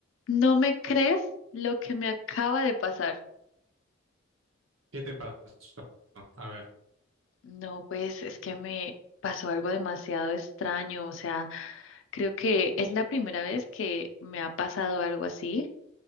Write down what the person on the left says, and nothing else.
¿No me crees lo que me acaba de pasar?
No, pues es que me pasó algo demasiado extraño. O sea, creo que es la primera vez que me ha pasado algo así.